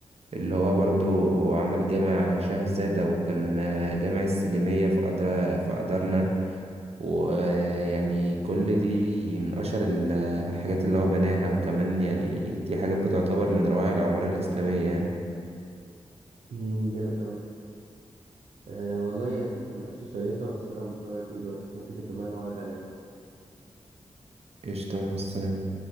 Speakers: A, on the right (about 60°); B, on the right (about 80°).
A: اللي هو برضو عمل جامع شاهزادة وكان آه، جامع السليمية في أدرا في أدرنا ويعني كل دي من أشهر الحاجات اللي هو بناها وكمان يعني دي حاجات بتعتبر من روائع العمارة الإسلامية يعني
B: أمم، جامد قوي أه والله يعني كانت مناقشة شيقة بس انا مضطر اطير دلوقتي ممكن نكملها مرة تانية بقى
A: قشطة مع السلامة